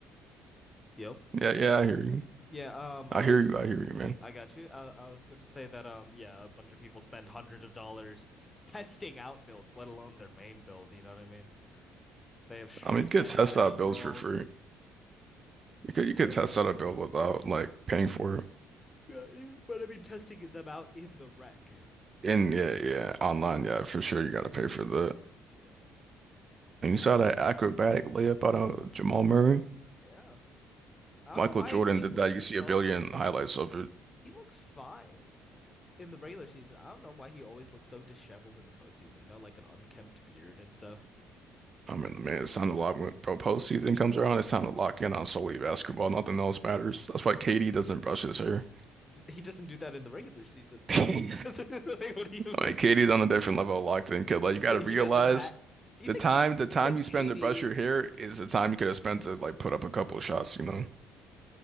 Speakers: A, on the left; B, on the right.
A: Yep.
B: Yeah, yeah, I hear you.
A: Yeah, um
B: I
A: I
B: hear
A: was
B: you. I hear you, man.
A: I got you. I I was going to say that um yeah, a bunch of people spend hundreds of dollars <laughs> testing out builds, let alone their main build, you know what I mean? They have straight
B: I mean, you could
A: 99
B: test out
A: overalls.
B: builds for free. You could you could
A: Yeah.
B: test out a build without like paying for it.
A: Got you. But I mean testing them out in the wreck.
B: And yeah, yeah, online,
A: Yeah.
B: yeah, for sure, you gotta pay for that.
A: Yeah.
B: And you saw that acrobatic layup out of Jamal Murray?
A: Yeah. I don't
B: Michael
A: know why
B: Jordan
A: he
B: did
A: looks
B: that. You see
A: so
B: a billion highlights of it.
A: he looks fine. In the regular season, I don't know why he always looks so disheveled in the postseason, you know, like an unkempt beard and stuff.
B: I mean, man, it sounded a lot when pro postseason comes around. It sounded to lock in on solely basketball. Nothing else matters. That's why KD doesn't brush his hair.
A: He doesn't do that in the regular season.
B: <laughs> I
A: <laughs> Doesn't like, what do you think?
B: mean, KD's on a different level of locked in kid. Like you got
A: He
B: to realize
A: doesn't have. Do you
B: the
A: think?
B: time the
A: Do
B: time
A: you think
B: you
A: KD?
B: spend to brush your hair is the time you could have spent to like put up a couple of shots. You know,